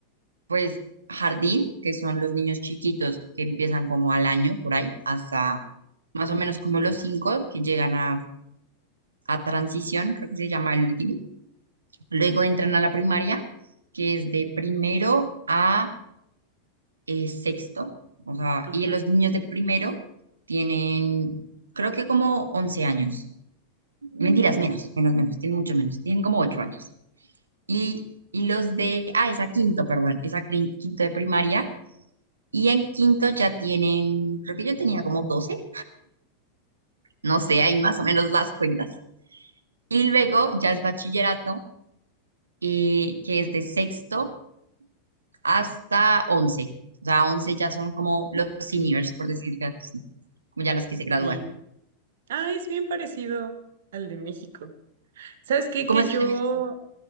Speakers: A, on the right; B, on the right.
A: pues, jardín, que son los niños chiquitos que empiezan como al año, por ahí, hasta más o menos como los cinco que llegan a, a transición, creo que se llama el último. Luego entran a la primaria, que es de primero a es sexto, o sea,
B: Ajá.
A: y los niños de primero tienen, creo que como 11 años. Mentiras, menos, menos, menos, tienen mucho menos, tienen como 8 años. Y, y los de, ah, esa quinto, perdón, esa cri- quinto de primaria, y en quinto ya tienen, creo que yo tenía como 12, no sé, ahí más o menos las cuentas. Y luego ya es bachillerato, eh, que es de sexto hasta once, O sea, 11 ya son como los seniors, por decir así, como ya los que se gradúan.
B: Sí. Ah, es bien parecido al de México. ¿Sabes qué?
A: ¿Cómo
B: Que
A: es
B: yo
A: el de México?